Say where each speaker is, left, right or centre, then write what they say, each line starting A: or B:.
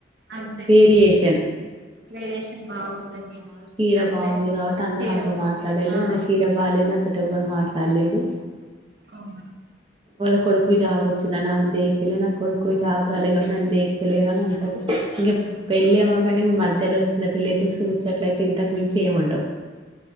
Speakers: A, on the right (about 65°); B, on the right (about 30°).
A: అంతే
B: వేరియేషన్
A: వేరియేషన్ బాగుంటది
B: ఆమె చీర
A: అంతే
B: బాగుంది కాబట్టి అందర
A: చీర
B: ఆతో మాట్లాడలు
A: ఆ
B: నా చీర బాగాలేదు నాతోటి ఎవ్వరు మాట్లాడలేదు
A: అవును
B: వాళ్ళ కొడుకు కి జాబ్ వచ్చింది అ నాను దేక్కలే నా కొడుకు జాబ్ రాలే కాబట్టు నన్ను డెక్తలేదు అని అంటారు ఇంక పెళ్ళి ఏమోగాని మధ్యలో వచ్చిన రిలేటివ్స్ ముచ్చట్లయితే ఇంతకు మించి ఏం ఉండవు